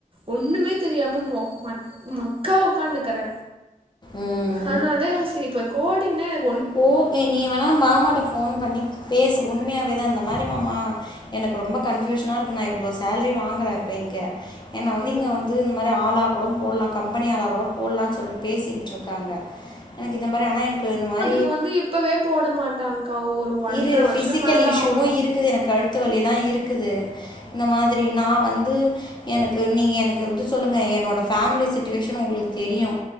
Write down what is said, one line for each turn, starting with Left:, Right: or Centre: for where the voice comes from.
Right: ஒன்னுமே தெரியாம மொக் மக் மக்கா உக்கானுக்குற
Left: ம்
Right: அதனாலதா யோசிக்கி இப்ப கோடிங்னா எனக்
Left: ஓ எ நீ வேணா மாமாட்ட ஃபோன் பண்ணி பேசு உண்மையாவேதா இந்த மாரி மாமா எனக்கு ரொம்ப கன்ஃபியூஷனா இருக்கு நா இவ்ளோ சேல்ரி வாங்ற இப்ப இங்க என்ன வந்து
Right: ம்
Left: இங்க வந்து இந் மாரி ஆளா கூட போலா கம்பெனி ஆளா கூட போலான்னு சொல்ட்டு பேசிக்கிட்டு இருக்காங்க எனக்கு இந்த மரி ஆனா எனக்கு இந்த மாரி
Right: இது வந்து இப்பவே போட மாட்டாங்கா ஒரு ஒன்ற
Left: இரு ஃபிசிக்கல்
Right: வருஷம் மேல
Left: இஷ்யூவும்
Right: ஆவணும்
Left: இருக்குது எனக்கு கழுத்து வலில்லா இருக்குது இந்த மாதிரி நான் வந்து எனக்கு நீங்க எனக்கு வந்து சொல்லுங்க என்னோட ஃபேமிலி சுட்டுவேஷன் ஒங்களுக்கு தெரியும்